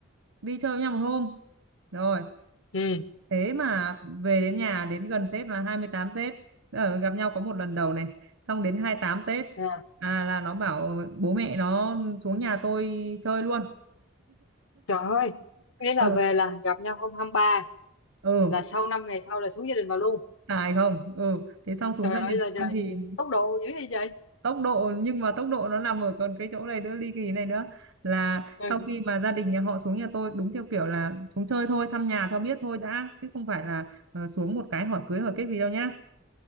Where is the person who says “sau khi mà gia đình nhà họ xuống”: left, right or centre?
Right